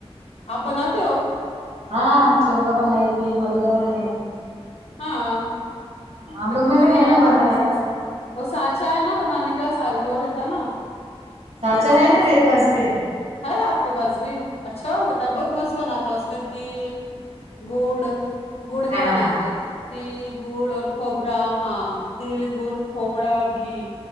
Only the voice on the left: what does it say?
آپ بناتے ہو
ہاں
میکو
تو
نہیں
آتا
میرے سس
وہ سانچا ہے نا بنانے کا وہ رہتا نا
میرے سس
سس
ہے آپ کے پاس بھی اچھا ہو بتائے بہت مست بناتا اس میں تل گڑ گڑ
کا بنایا تل گڑ اور کھوبرا ہاں تل گڑ کھوبڑا اور گھی